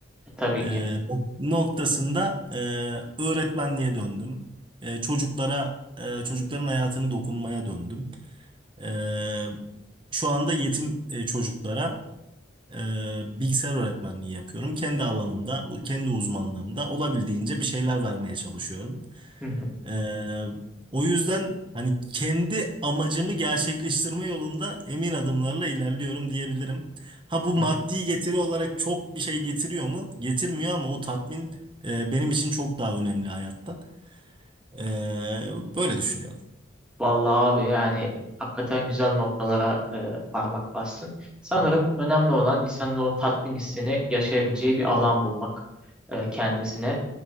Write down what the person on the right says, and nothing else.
E,
nok- noktasında e, öğretmenliğe döndüm. E, çocuklara e, çocukların hayatını dokunmaya döndüm. Ee, şu anda yetim e, çocuklara e, bilgisayar öğretmenliği yapıyorum. Kendi alanımda, u- kendi uzmanlığımda olabildiğince bir şeyler vermeye çalışıyorum.
Ee, o yüzden hani kendi amacımı gerçekleştirme yolunda emin adımlarla ilerliyorum diyebilirim. Ha bu
maddi
getiri olarak çok bir şey getiriyor mu? Getirmiyor ama o tatmin e, benim için çok daha önemli hayatta. Ee, böyle düşünüyorum.